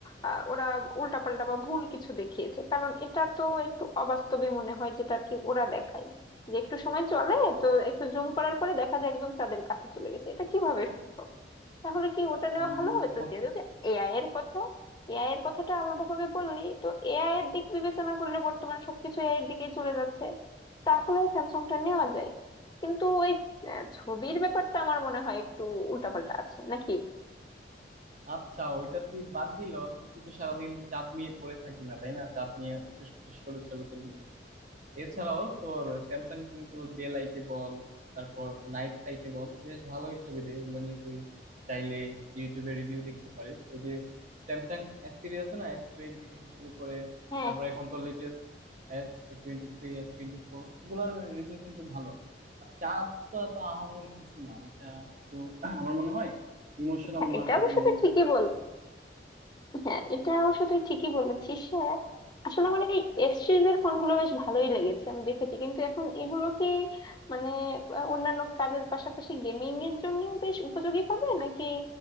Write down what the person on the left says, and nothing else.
আহ, ওরা উল্টাপাল্টা বা ভুল কিছু দেখিয়েছে কারণ এটা তো একটু অবাস্তবই মনে হয় যেটা আর কি ওরা দেখায় যে একটু সময় চলে তো একটু জুম করার পরে দেখা যায় একদম চাঁদের কাছে চলে গেছে এটা কিভাবে সম্ভব তাহলে কি ওটা নেওয়া
ভালো হবে তো
যেহেতু এআই এর কথা এআই এর কথাটা আলাদা ভাবে বললি তো এআই এর দিক বিবেচনা করলে বর্তমানে সবকিছু এআই এর দিকেই চলে যাচ্ছে তাহলে স্যামসাংটা নেওয়া যায় কিন্তু ওই আহ, ছবির ব্যাপারটা আমার মনে হয় একটু উল্টাপাল্টা আছে নাকি
হ্যাঁ
হ্যাঁ
হ্যাঁ
এটা অবশ্য তুই ঠিকই বল হ্যাঁ এটা অবশ্য তুই ঠিকই বলেছিস হ্যাঁ আসলে আমার এই এস সিরিজের ফোনগুলো বেশ ভালোই লেগেছে আমি দেখেছি কিন্তু এখন এগুলোকে মানে আহ, অন্যান্য কাজের পাশাপাশি গেমিং এর জন্য বেশ উপযোগী হবে নাকি